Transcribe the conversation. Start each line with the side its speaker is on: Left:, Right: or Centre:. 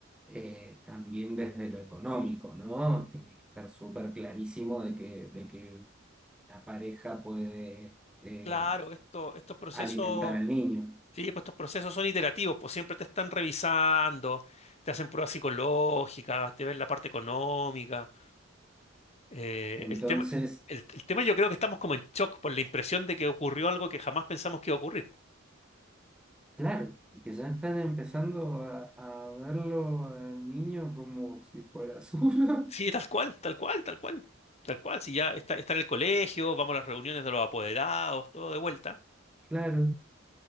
Centre: eh, también desde lo económico, ¿no? Tiene que estar súper clarísimo de que, de que una pareja puede eh,
Left: Claro, esto, estos procesos,
Centre: alimentar al niño.
Left: Sí, pues estos procesos son iterativos, pues siempre te están revisando, te hacen pruebas psicológicas, te ven la parte económica. Eh,
Centre: Entonces,
Left: el tema, el, el tema yo creo que estamos como en shock por la impresión de que ocurrió algo que jamás pensamos que iba a ocurrir.
Centre: claro, y que ya están empezando a, a verlo al niño como si fuera suyo.
Left: Sí,
Centre: <laughs>
Left: tal cual, tal cual, tal cual, tal cual. Si ya está, está en el colegio, vamos a las reuniones de los apoderados, todo de vuelta,
Centre: Claro,